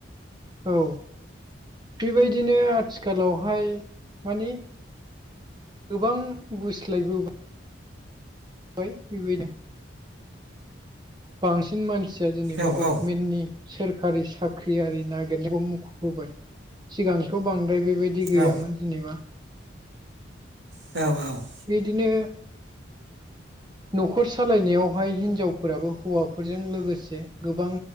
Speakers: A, on the right; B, on the right.
A: औ बेबायदिनो आथिखालावहाय माने गोबां गुस्लायबो ओमफ्राय बेबायदि बांसिन मानसिया जेनेबा
B: औ
A: गभमेन्टनि
B: औ
A: सोरखारि साख्रियारि नागिरनायखौ मुखुबबोबाय सिगांथ' बांद्राय बेबायदि बिदि गैयामोन
B: औ
A: जेनेबा
B: औ औ
A: बिदिनो न'खर सालायनायावहाय हिनजावफोराबो हौवाफोरजों लोगोसे गोबां